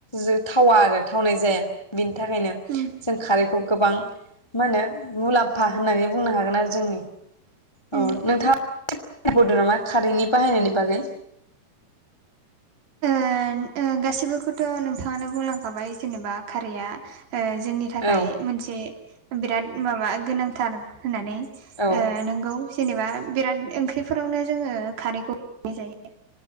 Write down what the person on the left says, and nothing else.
जो थावा आरो थावनाय जाया। बिनि थाखायनो
जों खारैखौ गोबां मा होनो मुलाम्फा होननानै बुंनो हागोन आरो जोंनि
औ नोंथाङा बुडो नामा खारैनि बाहायनायनि बागै
औ
औ